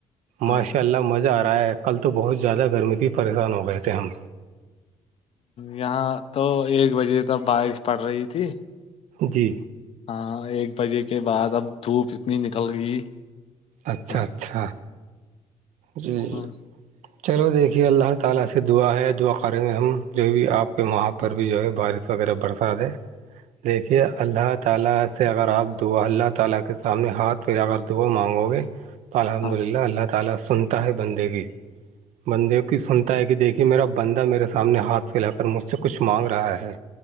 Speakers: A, on the left; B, on the right.
A: ہاں
B: ماشاء اللہ مزہ آ رہا ہے کل تو بہت زیادہ گرمی تھی پریشان ہو گئے تھے ہم
A: یہاں تو ایک بجے تک بارش پڑ رہی تھی
B: جی
A: ہاں ایک بجے کے بعد اب دھوپ اتنی نکل گئی
B: اچھا
A: ہاں
B: اچھا جی
A: ہاں
B: چلو دیکھیے اللہ تعالی سے دعا ہے دعا کریں گے ہم جو بھی آپ کے وہاں پر پر بھی جو ہے بارش وغیرہ بڑھاتے ہے
A: <inaudible>
B: دیکھیے اللہ تعالی سے اگر آپ دعا اللہ تعالی کے سامنے ہاتھ پھر کر دعا مانگو تو الحمد
A: ہاں
B: للہ اللہ تعالی سنتا ہے بندے کی بندے کی سنتا ہے کہ دیکھیے میرا بندہ میرے سامنے ہاتھ پھیلا کر مجھ سے کچھ مانگ رہا ہے